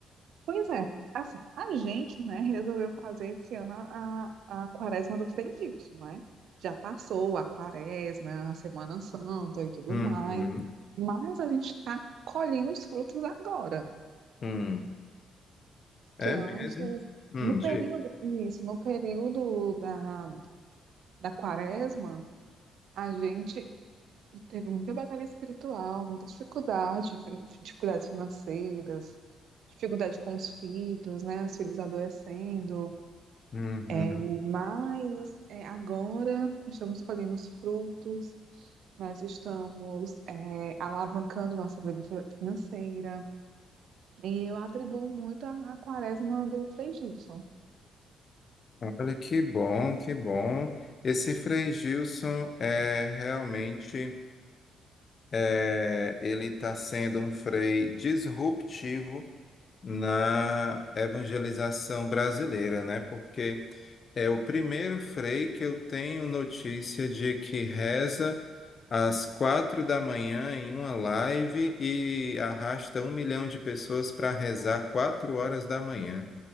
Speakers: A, on the right; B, on the left.
A: pois é, assim, a gente, né, resolveu fazer esse ano a, a quaresma do Frei Gilson, né? Já passou a quaresma, a Semana Santa e tudo
B: Uhum.
A: mais, mas a gente está colhendo os frutos agora.
B: Hum. É
A: que antes,
B: mesmo? Hum,
A: no período,
B: diga.
A: isso, no período da, da quaresma, a gente teve muita batalha espiritual, muita dificuldade, fi- dificuldades financeiras, dificuldade com os filhos, né, os filhos adoecendo.
B: Uhum.
A: É, mas é, agora nós estamos colhendo os frutos, nós estamos é, alavancando nossa vida fi- financeira. E eu atribuo muito a, a quaresma do Frei Gilson.
B: Olha que bom, que bom. Esse Frei Gilson é realmente é, ele está sendo um Frei disruptivo na evangelização brasileira, né? Porque é o primeiro frei que eu tenho notícia de que reza às quatro da manhã em uma live e arrasta um milhão de pessoas para rezar quatro horas da manhã.